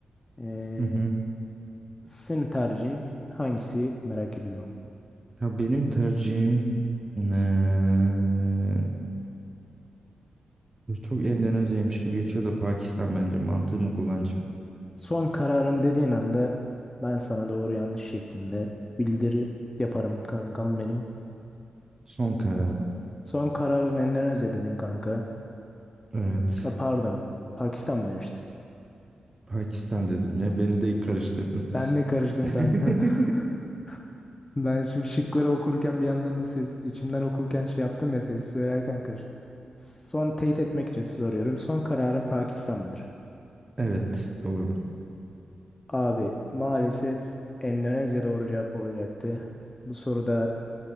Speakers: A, on the left; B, on the right.
A: Ee,
B: Hı hı.
A: senin tercihin hangisi merak ediyorum.
B: Ya benim tercihim eee, çok Endonezya'ymış gibi geçiyor da Pakistan bence mantığımı kullanacağım.
A: Son kararım dediğin anda ben sana doğru yanlış şeklinde bildiri yaparım kankam benim.
B: Son kararım.
A: Son kararın Endonezya dedin kanka.
B: Evet.
A: Ha, Pardon, Pakistan mı demiştin?
B: Pakistan dedim ya beni de karıştırdın.
A: Ben de karıştım
B: <laughs>
A: kanka. <laughs> Ben şimdi şıkları okurken bir yandan da ses, içimden okurken şey yaptım ya ses söylerken karıştı. Son teyit etmek için soruyorum. Son kararın Pakistan mıdır?
B: Evet doğru.
A: Abi maalesef Endonezya doğru cevap olacaktı. Bu soruda